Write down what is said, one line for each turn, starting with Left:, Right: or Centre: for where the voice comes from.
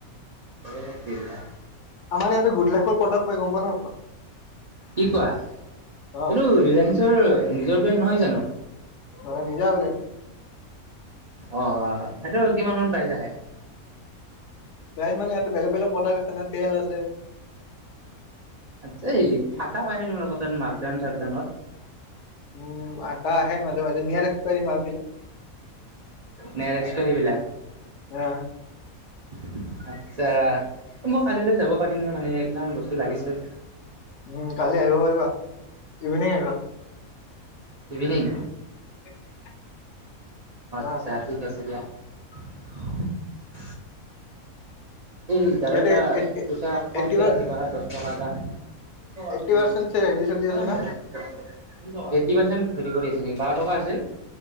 Right: চতিয়া <unintelligible>
Left: আমাৰ ইয়াতে গুট লাখৰ প্ৰডাক্ট গম পোৱা নোপোৱা?
Right: কি কোৱা এইটো
Left: অ
Right: ৰিলায়েন্সৰ নিজৰ ব্ৰেণ্ড নহয় জানো?
Left: অ নিজা ব্ৰেণ্ড
Right: অ অ সেইটো কিমান মান প্ৰাইজ আহে।
Left: প্ৰাজ মানে ইয়ো বেলেগ বেলেগ প্ৰডাক্ট আছে না তেল আছে।
Right: আচ্ছা এই থটা পাই ন তুমিালোকৰ তাত মাকডাউন চাকডাউত।
Left: মো আটা আহে মাজে মাজে মি আৰা এক্সপেৰি মালগিলা।
Right: নেৰেসপেৰি বিলাক।
Left: মালবিলাক
Right: আচ্ছা । মই কালিলৈ যাব পাৰিম নে মানে। কেইটামান বস্তু লাগিছে।
Left: উম কালি আহিব পাৰিবা ইভিনিং আহিবা।
Right: ইভিনিং।
Left: <unintelligible>
Right: আচ্ছা
Left: আহ
Right: ঠিক আছে দিয়া। <unintelligible> এই জাৰৰ
Left: ইয়াতে
Right: এটা
Left: এইট্টি
Right: পইচা কমকে ৰাখিবা হয় দছ টকা এটা।
Left: এইট্টি
Right: এইটি
Left: পাৰ্চেণ্ট হেৰি চলি আছে না
Right: পাৰ্চেন্ট হেৰি কৰি আছে নেকি বাৰ টকা আছিল।